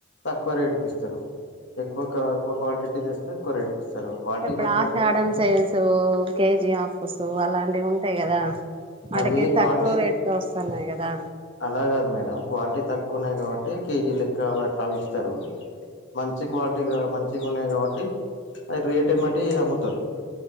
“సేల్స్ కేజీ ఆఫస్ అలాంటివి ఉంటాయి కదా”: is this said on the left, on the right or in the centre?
Right